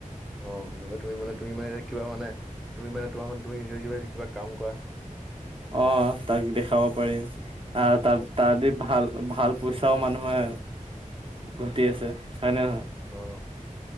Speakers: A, in the centre; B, on the right (about 40°).
A: অ ধৰি লোৱা তুমি মানে তুমি মানে যে কিবা মানে তুমি মানে তোমাৰ মে তুমি কিবা কাম কৰা।
B: অ তাক দেখাব পাৰিম আহ
A: অ
B: তাত তাত দি ভাল ভাল পইচাও মানুহে ঘটি আছে হয় নে নহয়?
A: অ।